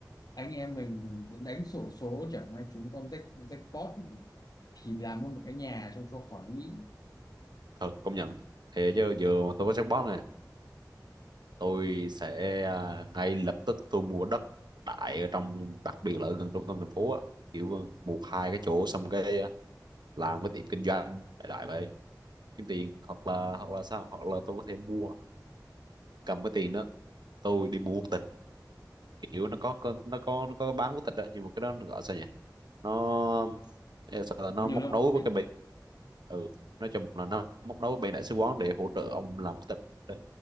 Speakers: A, on the left; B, on the right.
A: anh em mình đánh xổ số chẳng may chúng con rách rách cót thì làm luôn một cái nhà cho cho khỏi nghĩ
B: thật công nhận thế chứ giờ mà tôi có jackpot này tôi sẽ à, ngay lập tức tôi mua đất tại ở trong đặc biệt là ở gần trung tâm thành phố á kiểu một hai cái chỗ xong cái à, làm cái tiệm kinh doanh đại đại vậy kiếm tiền hoặc là hoặc là sao hoặc là tôi có thể mua cầm cái tiền đó tôi đi mua quốc tịch kiểu nó có có- nó có nó có bán quốc tịch đó, nhưng mà cái đó nó gọi sao nhỉ nó ê, sao là nó
A: có nhiều
B: móc
A: nơi
B: nối
A: mà có
B: với
A: tịch
B: cái bên ừ nói chung là nó móc nối với bên đại sứ quán để hỗ trợ ông làm quốc tịch đó.